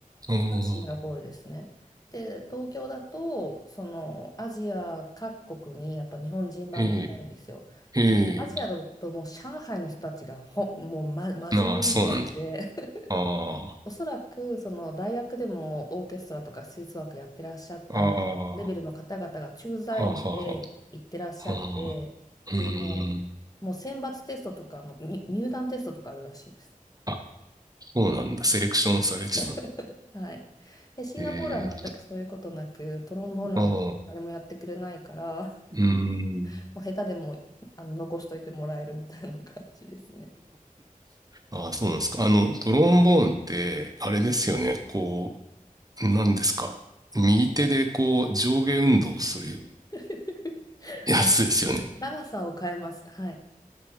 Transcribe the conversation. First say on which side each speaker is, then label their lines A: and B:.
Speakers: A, on the right; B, on the left.
A: うん、
B: がシンガポールですね。で、東京だと、そのアジア各国にやっぱ日本人バンドってあるんですよ。
A: えー、え
B: で、アジアだともう上海の人たちがほん、もう、ま、
A: ー、
B: 真面目な人たちで、
A: なあ、そうなんだ。
B: <laughs>
A: あ
B: おそらくその大学でもオーケストラとか吹奏楽やってらっしゃったレベルの方々が駐在員で行ってらっしゃって、
A: あ、ああ、はあはあはあ、あーうーん、
B: でもう、もう選抜テストとかもに入団テストとかあるらしいです。
A: あ、そうなんだ。セレクションされてた。
B: <laughs> はい。で、シンガポールは全くそういうことなく、
A: えー、
B: トロンボーンなんて誰もやってくれないから、
A: ああ、うーん、
B: <laughs> もう下手でもあの残しといてもらえるみたいな感じですね。
A: ああ、そうなんですか。あの、トロンボーンって、あれですよね。こう、なんですか。右手でこう、
B: はい。
A: 上下運動する
B: <laughs>
A: やつですよね。
B: あの、長さを変えます。はい。